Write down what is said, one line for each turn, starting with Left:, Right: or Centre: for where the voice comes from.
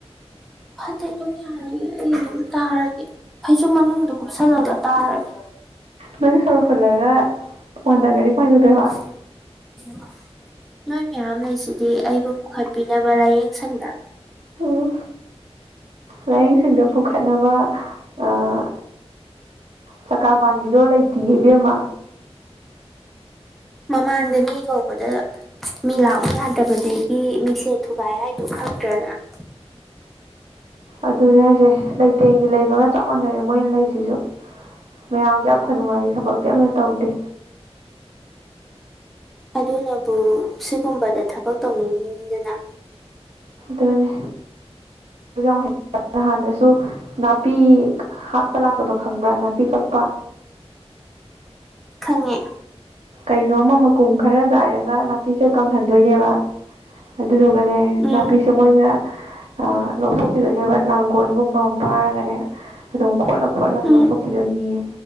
Centre: ꯐꯠꯇꯦ ꯑꯗꯨꯝ ꯌꯥꯔꯣꯢꯌꯦ ꯑꯩ ꯑꯗꯨꯝ ꯇꯥꯔꯒꯦ ꯐꯩꯖꯨꯞ ꯃꯅꯨꯡꯗ ꯀꯨꯞꯁꯜꯂꯒ ꯇꯥꯔꯒꯦ
Right: ꯅꯪ ꯁꯣꯔ ꯐꯨꯜꯂꯒ ꯋꯥꯟꯗꯥꯒ꯭ꯔꯗꯤ ꯀꯃꯥꯏ ꯇꯧꯗꯣꯏꯕ
Centre: <unintelligible> ꯅꯣꯏ ꯃꯌꯥꯝ ꯂꯩꯁꯤꯗꯤ ꯑꯩꯕꯨ ꯄꯨꯈꯠꯄꯤꯅꯕ ꯂꯥꯏꯌꯦꯡ ꯁꯪꯗ
Right: ꯎꯝ ꯂꯥꯏꯌꯦꯡꯁꯪꯗ ꯄꯨꯈꯠꯅꯕ ꯑꯥ ꯆꯀꯥ ꯄꯥꯟꯕꯤꯗꯣ ꯂꯩꯇꯤꯌꯦ ꯏꯕꯦꯝꯃ
Centre: ꯃꯃꯥꯡꯗ ꯃꯤ ꯀꯧꯕꯗ ꯃꯤ ꯂꯥꯛꯎ ꯌꯥꯗꯕꯗꯒꯤ ꯃꯤꯡꯁꯦꯜ ꯊꯨꯒꯥꯏ ꯍꯥꯏꯗꯣ ꯈꯪꯗ꯭ꯔꯅꯪ
Right: ꯑꯗꯨꯅꯦ ꯍꯥꯏꯁꯦ ꯂꯩꯇꯦꯡꯒꯤ ꯂꯩꯕꯒ ꯆꯞ ꯃꯥꯟꯅꯔꯦ ꯃꯣꯏꯅ ꯂꯩꯁꯤꯖꯨ ꯃꯌꯥꯝꯒꯤ ꯑꯐ ꯅꯨꯡꯉꯥꯏꯒꯤ ꯊꯕꯛꯇꯤ ꯑꯃꯇ ꯇꯧꯗꯦ
Centre: ꯑꯗꯨꯅꯕꯨ ꯁꯤꯒꯨꯝꯕꯗ ꯊꯕꯛ ꯇꯧꯅꯤꯡꯉꯤꯅꯤꯗꯅ
Right: ꯑꯗꯨꯅꯤ <unintelligible> ꯅꯍꯥꯟꯗꯁꯨ ꯅꯥꯄꯤ ꯍꯥꯠꯄ ꯂꯥꯛꯄꯗꯣ ꯈꯪꯕ꯭ꯔꯥ ꯅꯥꯄꯤ ꯀꯛꯄ
Centre: ꯈꯪꯉꯦ
Right: ꯀꯩꯅꯣꯝꯃ ꯃꯀꯨꯝ ꯈꯔ ꯆꯥꯏꯔꯒ ꯅꯥꯄꯤꯁꯦ ꯀꯪꯍꯟꯗꯣꯏꯅꯦꯕ ꯑꯗꯨꯗꯨꯒꯅꯦ
Centre: ꯎꯝ
Right: ꯅꯥꯄꯤꯁꯦ ꯃꯣꯏꯅ ꯑꯥꯑ ꯂꯧꯊꯣꯛꯈꯤꯗꯣꯏꯅꯦꯕ ꯂꯥꯡꯒꯣꯜꯒꯨꯝꯕ ꯑꯃ ꯄꯥꯏꯔꯒꯅꯦ ꯑꯗꯨꯝ ꯈꯣꯠꯂ- ꯈꯣꯠꯂꯒ
Centre: ꯎꯝ
Right: ꯂꯧꯊꯣꯛꯈꯤꯗꯣꯏꯅꯦꯌꯦ